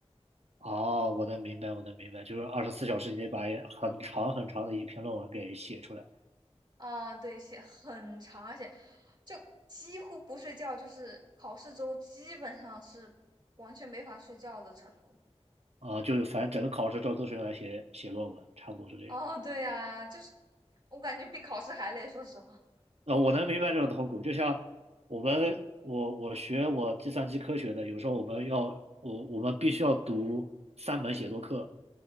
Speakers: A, on the right; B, on the right.
A: 哦，我能明白，我能明白，就是二十四小时以内把一很长很长的一篇论文给写出来
B: 啊，对，写很长，而且就几乎不睡觉，就是考试周基本上是完全没法睡觉的程度。
A: 啊，就是反正整个考试周都是用来写写论文，差不多是这样。
B: 哦，对呀，就是我感觉比考试还累，说实话。啊，
A: 呃，我能明白这种痛苦，就像我们我我学我计算机科学的，有时候我们要我我们必须要读三门写作课，